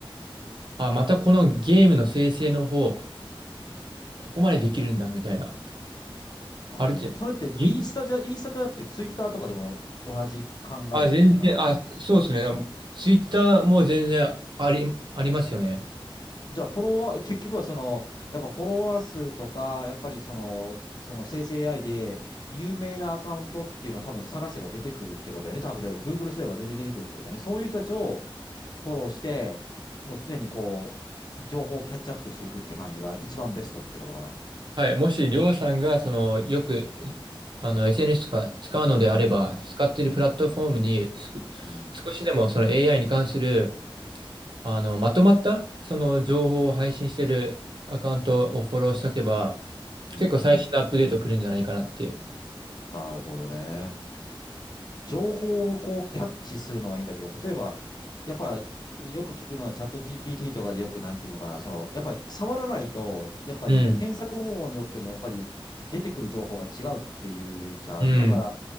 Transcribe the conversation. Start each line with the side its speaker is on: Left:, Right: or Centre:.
Right: あ、またこのゲームの生成の方、ここまでできるんだ、みたいな。
Left: なるほどね。
Right: あるじ、
Left: それって、
Right: ぎ
Left: インスタじゃ、インスタじゃなくて、ツイッターとかでも同じ考えでもいいのかな
Right: あ、全然、あ、そうですね。ツイッターも全然あり、ありますよね。
Left: じゃあ、フォロワー、結局はその、やっぱフォロワー数とか、やっぱりその、その生成 AI で、有名なアカウントっていうのを多分探せば出てくるってことよね。多分、例えば Google すれば全然出てくるってことよね。そういう人たちをフォローして、もう常にこう、情報をキャッチアップしていくって感じが一番ベストってことかな。
Right: はい、もし、りょうさんが、その、よく、えあの、SNS とか使うのであれば、
Left: うん。
Right: 使っているプラットフォームにすく、
Left: うん。
Right: 少しでも、その AI に関する、あの、まとまった、その、情報を配信しているアカウントをフォローしておけば、
Left: うん。
Right: 結構最新のアップデート来るんじゃないかなっていう。
Left: なるほどね。情報をこうキャッチするのはいいんだけど、例えば、やっぱ、よく聞くのはチャット GPT とかでよくなんていうのかな、その、やっぱり触らないと、やっぱり検索方法によってもやっぱり出てくる情報が違うっていうじゃん。
Right: うん。うん。
Left: だから、や